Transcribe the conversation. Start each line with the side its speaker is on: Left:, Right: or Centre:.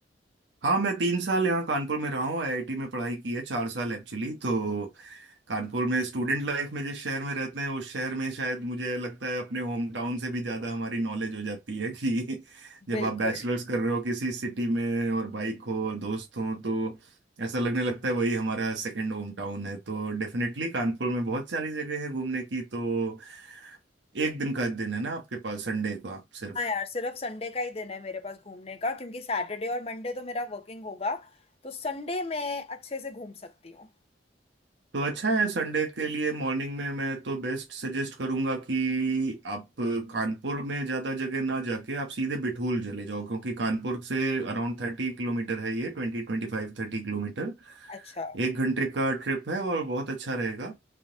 Right: हाँ मैं तीन साल यहाँ कानपुर में रहा हूँ आईआईटी में पढ़ाई की है चार साल एक्चुअली तो कानपुर में स्टूडेंट लाइफ में जिस शहर में रहते हैं उस शहर में शायद मुझे लगता है अपने होम टाउन से भी ज़्यादा हमारी नॉलेज हो जाती है कि <laughs> जब
Left: बिल्कुल
Right: आप बैचलर्स कर रहे हो किसी सिटी में और बाइक हो और दोस्त हो तो ऐसा लगने लगता है वही हमारा सेकेंड होम टाउन है तो डेफिनेटली कानपुर में बहुत सारी जगह है घूमने की तो एक दिन का दिन है ना आपके पास संडे का सिर्फ
Left: हाँ यार सिर्फ संडे का ही दिन है मेरे पास घूमने का क्योंकि सैटरडे और मंडे तो मेरा वर्किंग होगा तो संडे मैं अच्छे से घूम सकती हूँ
Right: तो अच्छा है संडे के लिए मॉर्निंग में मैं तो बेस्ट सजेस्ट करूंगा कि आप कानपुर में ज़्यादा जगह ना जाके आप सीधे बिठूल चले जाओ क्योंकि कानपुर से अराउंड थर्टी किलोमीटर है ये twenty twenty five thirty kilometre
Left: अच्छा
Right: एक घंटे का ट्रिप है और बहुत अच्छा रहेगा